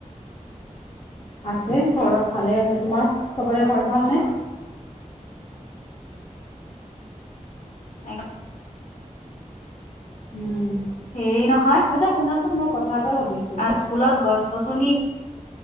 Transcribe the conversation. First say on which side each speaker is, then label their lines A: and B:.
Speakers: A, on the left (about 45°); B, on the left (about 70°).
A: আছে ঘৰত ভালে আছে তোমাৰ চবৰে ঘৰত ভালনে?
B: <unintelligible>
A: উম
B: হেৰি নহয়
A: আচ্ছা শুনাচোন মই কথা এটা ভাবিছোঁ
B: স্কুলত গছ-গছনি